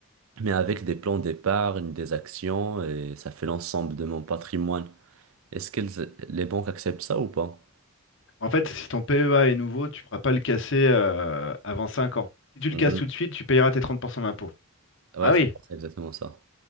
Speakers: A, on the right; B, on the left.
A: mais avec des plans d'épargne, des actions, et ça fait l'ensemble de mon patrimoine, est-ce que les banques acceptent ça ou pas?
B: En fait, si ton PEA est nouveau, tu ne pourras pas le casser euh, avant 5 ans. Si tu
A: Mhm.
B: le casses tout de suite, tu payeras tes 30% d'impôt.
A: Ouais,
B: Ah
A: c'est
B: oui,
A: ça, c'est exactement ça.